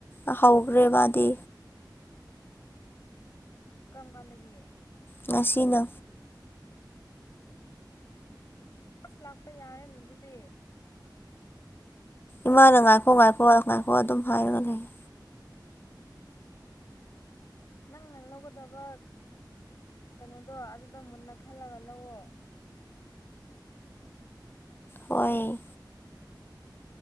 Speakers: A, on the left; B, on the left.
A: ꯑꯍꯧꯈꯔ꯭ꯦ ꯃꯥꯗꯤ
B: ꯀꯔꯝ ꯀꯥꯟꯗꯒꯤ
A: ꯉꯁꯤꯅ
B: ꯑꯁ ꯂꯥꯛꯄ ꯌꯥꯔꯦꯅ ꯑꯗꯨꯗꯤ
A: ꯏꯃꯥꯅ ꯉꯥꯏꯈꯣ ꯉꯥꯏꯈꯣ ꯉꯥꯏ ꯉꯥꯏꯈꯣ ꯑꯗꯨꯝ ꯍꯥꯏꯔꯒ ꯂꯩꯌꯦ
B: ꯅꯪꯅ ꯂꯧꯒꯗꯕ ꯀꯩꯅꯣꯗꯣ ꯑꯗꯨꯗꯣ ꯃꯨꯟꯅ ꯈꯜꯂꯒ ꯂꯧꯑꯣ
A: ꯍꯣꯏ